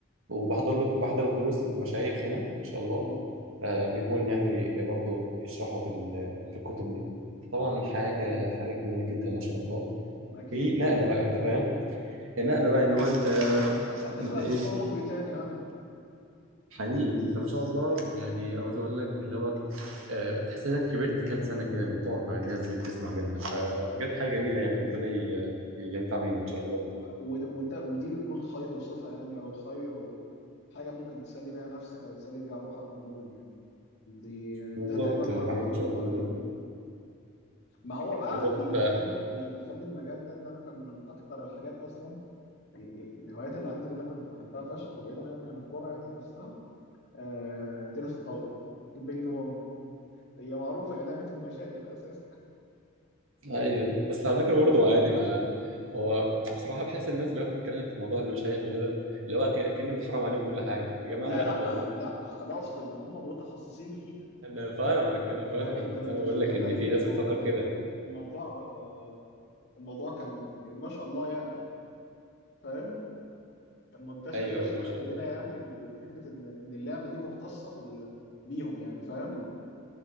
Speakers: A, on the right (about 75°); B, on the left (about 55°).
A: وبحضر له بحضر دروس للمشايخ هنا ان شاء الله
B: مم.
A: آه، بيكون يعني برضه بيشرحوا في ال- في الكتب دي طبعا حاجه
B: مم.
A: حاجه جميله جدا ما شاء الله
B: اكيد
A: في نقله
B: ما-
A: بقى انت فاهم
B: مم.
A: النقله بقى اللي هو انت
B: حتى بتخلق
A: انت ايه
B: مستوى نضج تاني عندك
A: حقيقي انت ما شاء الله يعني عاوز اقول لك اللي هو آه، بتحس انك كبرت كام سنه كده لما تقعد
B: مم.
A: مع الناس دي وتسمع منها فبجد حاجه جميله يعني ربنا ي- ينفع بينا ان شاء الله
B: والوقت وده وده- ودي بتكون خير وصفة يعني أو خير و... حاجة ممكن تسلي بيها نفسك أو تسلي بيها روحك عموما يعني دي
A: بالظبط
B: ده تقريبا أنا
A: حاجه
B: أكتر حاجة
A: ما
B: مقتنع
A: شاء الله جميله
B: بيه ما هو بقى
A: بالظبط
B: اللي دخلني اللي دخلني المجال ده إن أنا كان من أكتر الحاجات أصلا ال- ال- الهوايات اللي عندي اللي أنا كنت بحبها فشخ وبعيدا يعني عن الكورة يعني نفسها آه... تنس الطاولة البينج بونج هي معروفة هي لعبة المشايخ أساسا
A: ايوه بس على فكره برضه عادي مع هو بصراحه بحس الناس اللي هو بتتكلم في موضوع المشايخ وكده اللي هو كأن كأن متحرم عليهم كل حاجه يا جماعه
B: لا
A: لا
B: لا
A: والله
B: لا أنا أقصد إن هم متخصصين فيها
A: انا فاهمك انا فاهمك
B: لا انت انت
A: بس انا بقول
B: مش متخيل
A: لك ان في ناس
B: الموضوع
A: بتفكر كده
B: الموضوع آه، الموضوع كان يعني ما شاء الله يعني فاهم كان منتشر
A: ايوه
B: فشخ
A: ايوه ما
B: عندنا
A: شاء الله
B: يعني فكرة ان ان اللعبة دي مختصة بال بيهم يعني فاهم